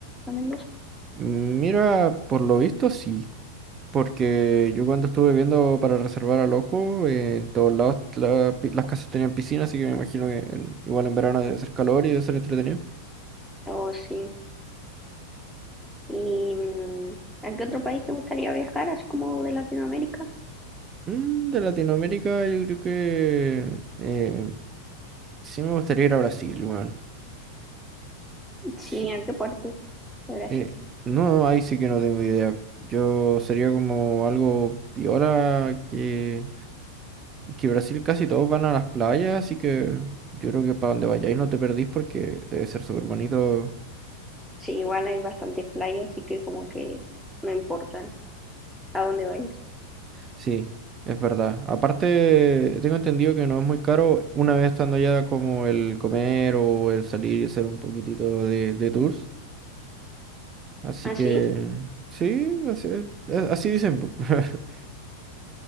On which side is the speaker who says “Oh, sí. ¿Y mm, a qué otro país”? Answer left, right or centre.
Centre